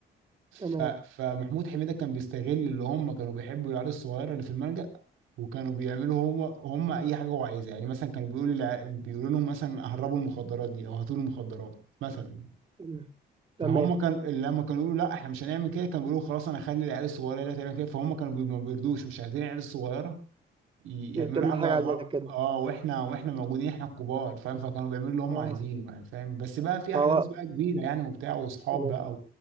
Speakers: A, on the right; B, on the right.
A: ف...
B: تمام
A: فمحمود حميدة كان بيستغل اللي هم كانوا بيحبوا العيال الصغيرة اللي في الملجأ وكانوا بيعملوا هم هم اي حاجة هو عايزها يعني مثلا كانوا بيقولوا للع... بيقولوا لهم مثلا هربوا المخدرات دي او هاتوا لي مخدرات مثلا
B: تمام تمام
A: فهم كان لما كانوا يقولوا لا احنا مش هنعمل كده كانوا بيقولوا خلاص انا هخلي العيال الصغيرة هي اللي تعمل كده فهم كانوا بي... ما بيرضوش مش عايزين العيال الصغيرة ي- يعملوا
B: تعمل
A: حاجة
B: حاجة
A: غلط
B: زي كده
A: اه واحنا واحنا موجودين احنا الكبار فاهم فكانوا بيعملوا اللي هم
B: آه
A: عايزينه يعني فاهم بس بقى في
B: فهو
A: احداث بقى كبيرة يعني وبتاع واصحاب
B: تمام
A: بقى